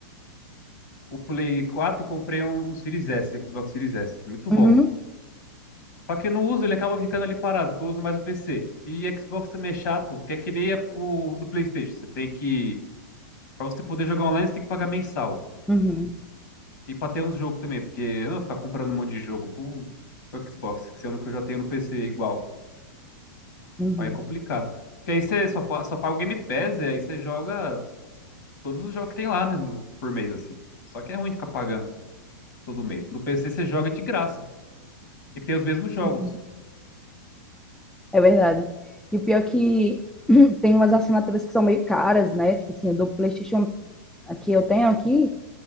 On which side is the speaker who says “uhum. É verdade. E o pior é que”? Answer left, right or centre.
Centre